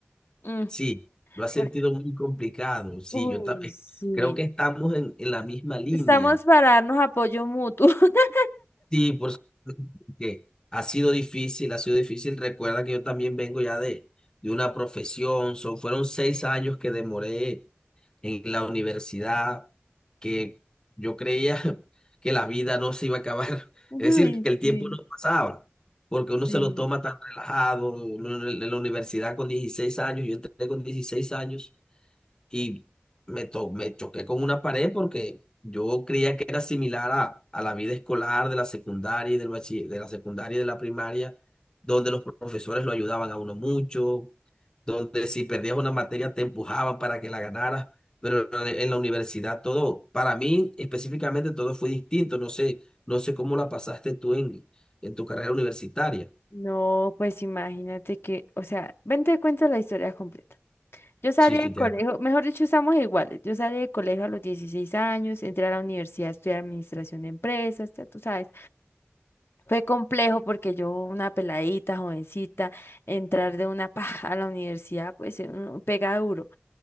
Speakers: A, on the left (about 65°); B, on the left (about 20°).
A: Mm,
B: sí, lo has
A: por-
B: sentido muy complicado, sí,
A: uy,
B: yo también
A: sí.
B: creo que estamos en, en la misma línea.
A: Estamos para darnos apoyo mutuo. <laughs>
B: Sí, por supuesto que ha sido difícil, ha sido difícil. Recuerda que yo también vengo ya de, de una profesión, son, fueron seis años que demoré en la universidad, que yo creía <laughs> que la vida no se iba a acabar, <laughs>
A: Uy,
B: es decir, que el tiempo
A: sí,
B: no pasaba, porque uno se
A: sí.
B: lo toma tan relajado, uno en en la universidad con 16 años, yo entré con 16 años y me, to- me choqué con una pared porque yo creía que era similar a, a la vida escolar de la secundaria y del bachi- de la secundaria y de la primaria, donde los profesores lo ayudaban a uno mucho, donde si perdías una materia te empujaban para que la ganaras, pero en la en la universidad todo, para mí específicamente todo fue distinto, no sé, no sé cómo la pasaste tú en, en tu carrera universitaria.
A: No, pues imagínate que, o sea, ven te cuento la historia completa. Yo salí
B: Sí, sí,
A: del
B: te-
A: colegio, mejor dicho, estamos iguales. Yo salí del colegio a los 16 años, entré a la universidad a estudiar administración de empresas, ya tú sabes. Fue complejo porque yo, una peladita, jovencita, entrar de una <laughs> paja a la universidad, pues eh, uno pega duro.